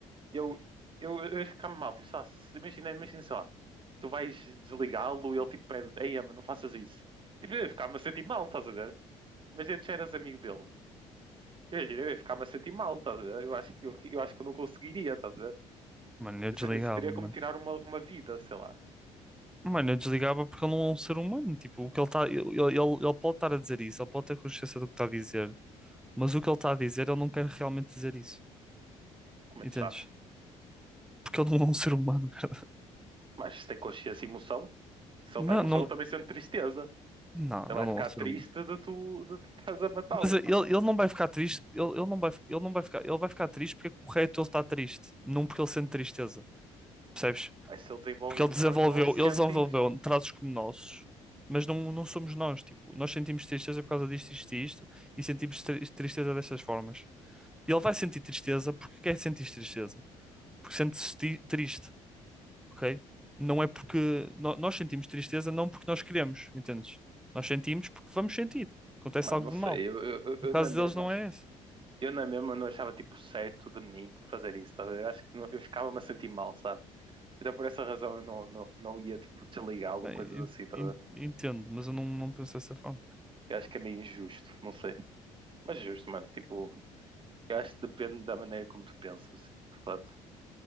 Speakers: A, on the right; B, in the centre.
A: eu, eu, eu ia ficar mal, tipo, sei lá, se- imagina, imagina, sei lá, tu vais desligá-lo e ele tipo pede, ei, ama, não faças isso. Tipo, eu ia ficar-me a sentir mal, estás a ver? Mas já eras amigo dele. Imagina, eu ia ficar-me a sentir mal, estás a ver? Eu acho que eu, eu acho que eu não conseguiria, estás a ver?
B: Mano, eu
A: Isso,
B: desligava,
A: isso teria
B: mano.
A: como tirar uma, uma vida, sei lá.
B: Mano, eu desligava porque ele não é um ser humano. Tipo, o que ele está. Ele, ele, ele pode estar a dizer isso, ele pode ter consciência do que está a dizer, mas o que ele está a dizer, ele não quer realmente dizer isso.
A: Como
B: Entendes?
A: é que tu sabes?
B: Porque ele não é um ser humano, <laughs> cara.
A: Mas se tem consciência e emoção, se ele tem
B: Mano,
A: emoção,
B: não.
A: ele também sente tristeza.
B: Não,
A: Ele
B: ele
A: vai ficar
B: não é um ser
A: triste
B: humano.
A: de tu, de tu estás a matá-lo.
B: Mas ele, ele não vai ficar triste, ele, ele não vai, ele não vai ficar, ele vai ficar triste porque é correto ele estar triste, não porque ele sente tristeza, percebes?
A: Mas se ele desenvolve
B: Porque
A: emoção,
B: ele desenvolveu,
A: então ele sente
B: ele desenvolveu
A: isso.
B: traços como nossos, mas não, não somos nós, tipo, nós sentimos tristeza por causa disto, isto e isto, e sentimos tri- tristeza destas formas. E ele vai sentir tristeza porque quer sentir tristeza, porque sente-se ti- triste, ok? Não é porque no- nós sentimos tristeza, não porque nós queremos, entendes? Nós sentimos porque vamos sentir, acontece
A: Mano,
B: algo
A: não sei,
B: de mal.
A: eu, eu, eu-
B: O
A: eu
B: caso
A: na mesma,
B: deles não é esse.
A: eu na mesma não achava tipo certo de mim fazer isso, estás a ver? Eu acho que não- eu ficava-me a sentir mal, sabes? Então por essa razão eu não, não, não ia tipo desligá-lo
B: Ah,
A: ou coisas
B: en-
A: assim, estás
B: en-
A: a ver?
B: Entendo, mas eu não, não penso dessa forma.
A: Eu acho que é meio injusto, não sei. Mas é justo, mano, tipo, eu acho que depende da maneira como tu pensas, de fato.